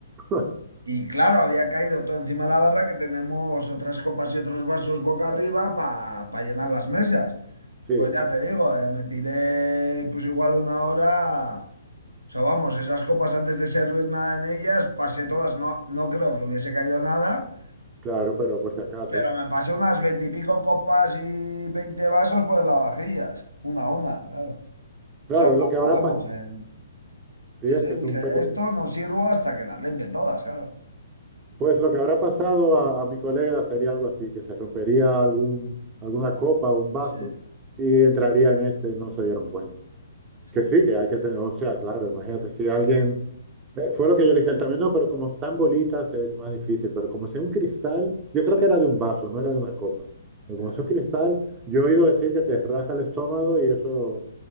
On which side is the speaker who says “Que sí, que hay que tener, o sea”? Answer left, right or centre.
Right